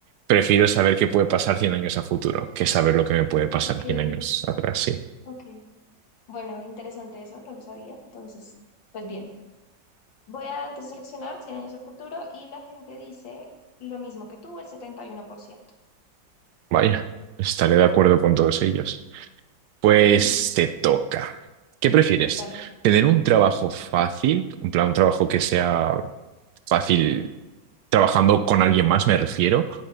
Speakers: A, on the right; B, on the left.
A: prefiero saber qué puede pasar 100 años a futuro que saber lo que me puede pasar
B: Ok,
A: 100 años atrás, sí.
B: ok. Bueno, interesante eso, no lo sabía. Entonces, pues bien, voy a entonces seleccionar 100 años del futuro y la gente dice lo mismo que tú, el 71%.
A: Vaya, estaré de acuerdo con todos ellos. Pues
B: <laughs>
A: te toca. ¿Qué prefieres?
B: Dale.
A: ¿Tener un trabajo fácil, un plan, un trabajo que sea fácil trabajando con alguien más, me refiero,